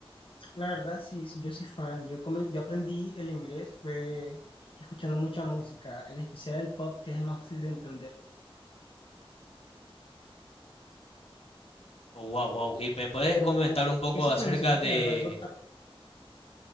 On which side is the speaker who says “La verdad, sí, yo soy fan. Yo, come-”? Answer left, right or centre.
Left